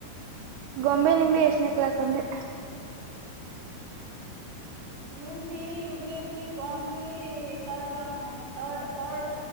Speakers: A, on the right; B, on the right.
A: ಗೊಂಬೆ ನಿಂಬೆ ಎಷ್ಟನೇ ಕ್ಲಾಸ್ ಅಂದೆ.
B: ನಿಂಬಿ ಯು ಕೆಜಿ ಗೊಂಬಿ ತರ್ಡ್ ಕ್ಲಾಸ್ ಮರ್ಡ್ ತರ್ಡ್.